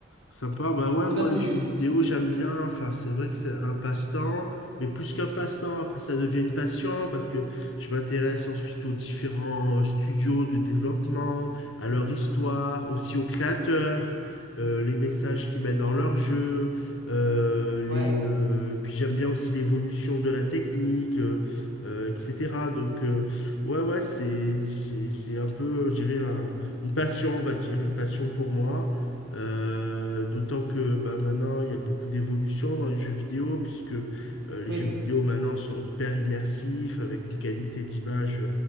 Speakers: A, on the left (about 80°); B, on the right (about 60°).
A: Sympa, bah ouais,
B: Je sais
A: moi
B: pas si...
A: les jeux vidéo j'aime bien, enfin c'est vrai que c'est un passe-temps, mais plus qu'un passe-temps, après ça devient une passion parce que je m'intéresse ensuite aux différents euh, studios de développement, à leur histoire, aussi aux créateurs, euh, les messages qu'ils mettent dans leurs jeux, euh, les,
B: Ouais,
A: euh, puis j'aime bien aussi l'évolution de la technique, euh, euh, etc. Donc euh, ouais, ouais, c'est, c'est, c'est un peu, je dirais, un- une passion, on va dire, une passion pour moi. Euh, d'autant que bah, maintenant, il y a beaucoup d'évolution dans les jeux vidéo, puisque euh, les
B: oui,
A: jeux vidéo maintenant sont hyper immersifs, avec une qualité d'image